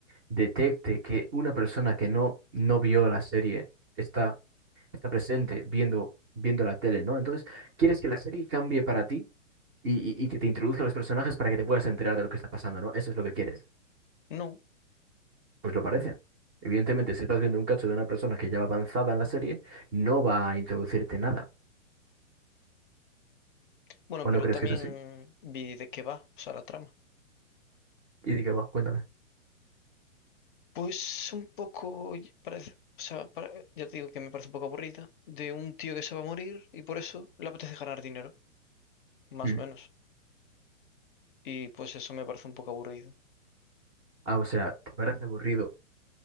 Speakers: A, on the right; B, on the left.
A: detecte que una persona que no, no vio la serie está está presente viendo, viendo la tele, ¿no? Entonces, quieres que la serie cambie para ti y, y- y que te introduzca a los personajes para que te puedas enterar de lo que está pasando, ¿no? Eso es lo que quieres.
B: no.
A: Pues lo parece. Evidentemente, si estás viendo un cacho de una persona que ya va avanzada en la serie, no va a introducirte nada.
B: Bueno,
A: ¿O
B: pero
A: no crees
B: también
A: que es así?
B: vi de qué va, o sea, la trama.
A: ¿Y de qué va? Cuéntame.
B: Pues un poco, y- parece, o sea, para- ya te digo que me parece un poco aburrida, de un tío que se va a morir y por eso le apetece ganar dinero, más
A: Mm.
B: o menos. Y pues eso me parece un poco aburrido.
A: Ah, o sea, ¿te parece aburrido